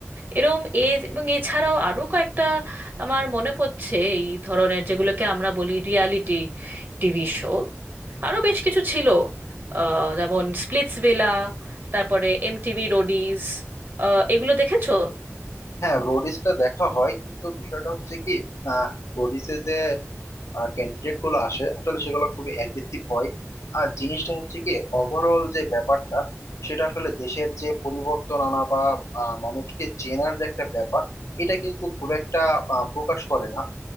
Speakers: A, on the right; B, on the left.
A: এরম এ এবং এছাড়াও আরো কয়েকটা আমার মনে পড়ছে এই ধরনের যেগুলোকে আমরা বলি রিয়ালিটি টিভি শো আরো বেশ কিছু ছিল আহ, যেমন স্প্লিটস ভিলা তারপরে এমটিভি রোডিজ এগুলো দেখেছো
B: হ্যাঁ রোডিসটা দেখা হয় কিন্তু বিষয়টা হচ্ছে কি না রোডিসে যে ক্যান্ডিডেট গুলো আসে আসলে সেগুলো খুবই অ্যাগ্রেসিভ হয় আর জিনিসটা হচ্ছে কি ওভারঅল যে ব্যাপারটা সেটা আসলে দেশের যে পরিবর্তন আনা বা আহ, মানুষকে চেনার যে একটা ব্যাপার এটা কিন্তু খুব একটা আহ, প্রকাশ করে না